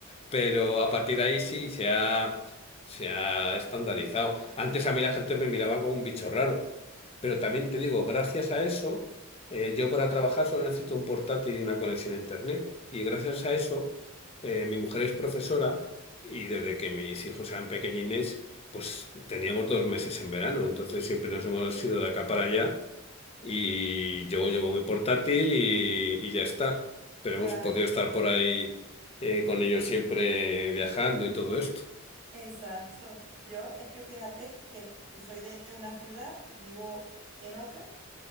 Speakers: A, on the left (about 25°); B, on the right (about 60°).
A: Pero a partir de ahí sí, se ha, se ha estandarizado. Antes a mí la gente me miraba como un bicho raro, pero también te digo, gracias a eso, eh, yo para trabajar solo necesito un portátil y una conexión a Internet. Y gracias a eso, eh, mi mujer es profesora y desde que mis hijos eran pequeñines, pues teníamos dos meses en verano, entonces siempre nos hemos ido de acá para allá. Y yo llevo mi portátil y, y ya está. Pero
B: Claro,
A: hemos podido estar por ahí eh, con ellos siempre viajando y todo esto.
B: exacto. Yo es que fíjate que soy de una ciudad, vivo en otra.